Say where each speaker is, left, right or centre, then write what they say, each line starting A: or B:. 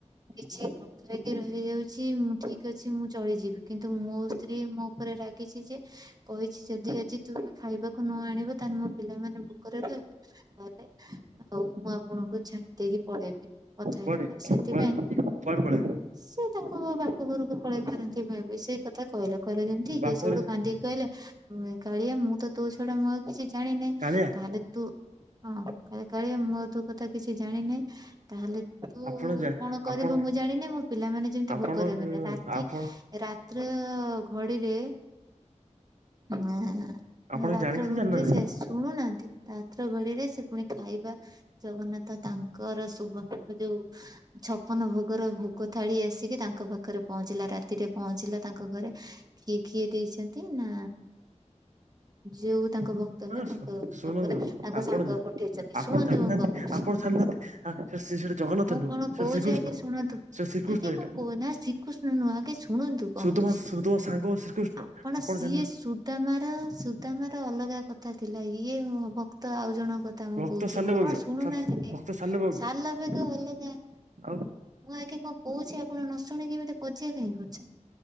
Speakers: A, on the right; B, on the right.
A: କିଛି ନ ଖାଇକି ରହିଯାଉଛି ଉଁ ଠିକ ଅଛି ମୁଁ ଚଳିଯିବି କିନ୍ତୁ ମୋ ସ୍ତ୍ରୀ ମୋ ଉପରେ ରାଗିଛି ଯେ କହିଛି ଯଦି ଆଜି ତୁମେ ଖାଇବାକୁ ନ ଆଣିବ ତାହେଲେ ମୋ ପିଲାମାନେ ଭୁକରେ ରହିବେ, ପରେ ଆଉ ମୁଁ ଆପଣଙ୍କୁ ଛାଡି ଦେଇକି ପଳେଇବି। କଥା
B: କୁଆଡେ
A: ହେବି ନାହିଁ, ସେଥିପାଇଁ
B: କୁଆଡେ କୁଆଡେ ପଳେଇବେ
A: ସେ ତାଙ୍କ ବାପ ଘରକୁ ପଳେଇ ପାରନ୍ତି ମେ ବି ସେଇ କଥା କହିଲେ କହିଲେ ଯେମିତି ଇଏ
B: ବାପରେ
A: ସୋଉଠୁ କାନ୍ଦିକି କହିଲେ କାଳିଆ ମୁଁ ତ ତୋ ଛଡା ମୁଁ ଆଉ କିଛି ଜାଣିନାହିଁ,
B: କାଳିଆ
A: ତାହେଲେ ତୁ ହଁ କହିଲେ କାଳିଆ ମୁଁ ଆଉ ତୋ କଥା କିଛି ଜାଣିନାହିଁ, ତାହେଲେ ତୁ
B: ଆପଣ ଯା
A: କଣ କରିବୁ
B: ଆପଣ
A: ମୁଁ ଜାଣିନି ମୋ ପିଲାମାନେ ଯେମିତି
B: ଆପଣ
A: ଭୋକରେ ରହିବେନି, ରାତି
B: ଆପଣ
A: ରାତ୍ର ଘଡିରେ ଏଁ
B: ଆପଣ
A: ରାତ୍ର
B: ଜାଣିକି ନା
A: ଘଡ଼ିରେ
B: ଜାଣିନାହାନ୍ତି
A: ସେ ଶୁଣୁନାହାଁ ନ୍ତି ରାତ୍ର ଘଡ଼ିରେ ସେ ପୁଣି ଖାଇବା ଜଗନ୍ନାଥ ତାଙ୍କର ସୁବର୍ଣ୍ଣର ଯୋଉ ଛପନ ଭୋଗର ଭୋଗ ଥାଳି ଆସିକି ତାଙ୍କ ପାଖରେ ପହଞ୍ଚିଲା, ରା ରାତିରେ ପହଞ୍ଚିଲା ତାଙ୍କ ଘରେ କିଏ କିଏ ଦେଇଛନ୍ତି? ନା ଯେଉ ତାଙ୍କ ଭ କ୍ତ
B: ହଁ
A: ନା ତାଙ୍କ
B: ଶୁଣନ୍ତୁ
A: ପାଖରେ ତାଙ୍କ
B: ଆପଣ
A: ସାଙ୍ଗ
B: ଯା
A: ପଠେଇଛନ୍ତି,
B: ଆପଣ
A: ଶୁଣନ୍ତୁ
B: ଜାଣିନାହାନ୍ତି
A: ମୁଁ କଣ କହୁଛି।
B: ଆପଣ ଜାଣିନାହାନ୍ତି ସେଟା ଜଗନ୍ନାଥ
A: ମୁଁ
B: ନୁହଁ
A: କଣ
B: ସେଟା
A: କହୁଛି
B: ଶ୍ରୀକୃଷ୍ଣ
A: ଆଗେ ଶୁଣନ୍ତୁ।
B: ସେଟା ଶ୍ରୀକୃଷ୍ଣ
A: ଆଗେ
B: ଏଇଟା
A: କଣ କହୁ ନା ଶ୍ରୀକୃଷ୍ଣ ନୁହଁ ଆଗେ ସୁ ଶୁଣନ୍ତୁ କଣ
B: ସୁଦମା
A: କହୁଚି।
B: ସୁଦମା ସାଙ୍ଗ ଶ୍ରୀକୃଷ୍ଣ
A: ଆପଣ ସିଏ
B: ଜାଣିନ
A: ସୁଦାମାର ସ ସୁଦାମାର ଅଲଗା କଥା ଥିଲା। ଇଏ ଭକ୍ତ ଆଉ ଜଣ କଥା ମୁଁ
B: ଭକ୍ତ
A: କହୁଛି
B: ସାଲବଜ୍ଞ
A: ଆପଣ ଶୁଣୁନାହାନ୍ତି କାହିଁକି
B: ଭକ୍ତ ସାଲବଜ୍ଞ
A: ସାଲବେଗ ହେଲେ କା ମୁଁ
B: ଆଉ
A: ଆଗେ କଣ କହୁଛି ଆପଣ ନ ଶୁଣି କେମିତି କଜିଆ କାହିଁ କରୁଛନ୍ତି?